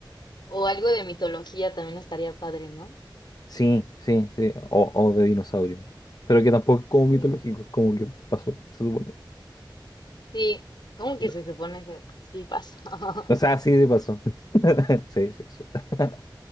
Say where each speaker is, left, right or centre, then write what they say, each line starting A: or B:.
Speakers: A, on the left; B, on the left.
A: o algo de mitología también estaría padre, ¿no?
B: Sí, sí, sí. O, o de dinosaurio. Pero que tampoco es como
A: También.
B: mitológico, es como que pasó, se supone.
A: Sí, ¿cómo
B: Pero-
A: que se supone? ese- Sí, pasó. <laughs>
B: o sea, sí, sí pasó. <laughs> Sí, sí pasó. <laughs>